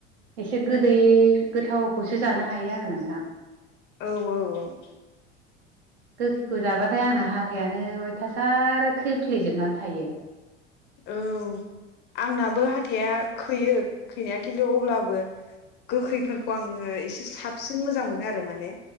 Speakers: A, on the right; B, on the left.
A: एसे गोदै गोथावखौसो जानो हायो आङो नोंथां।
B: औ औ औ।
A: गोखैखौ जाबाथाय आंना हाथायानो अयथासार खैफ्लेेजोबनानै थायो।
B: औ आंनाबो हाथाया खैयो खैनाया खिन्थु अब्लाबो गोखैफोरखौ आङो एसे साबसिन मोजां मोनो आरो माने